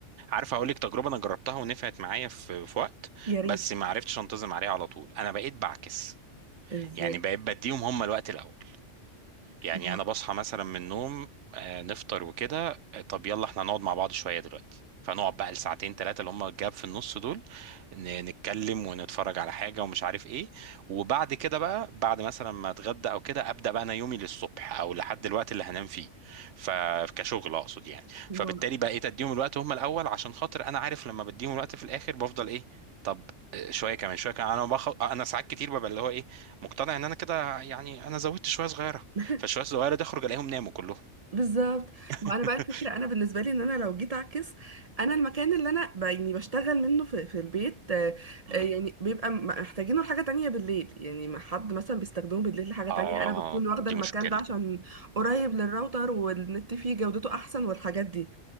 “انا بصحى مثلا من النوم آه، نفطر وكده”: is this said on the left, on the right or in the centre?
Right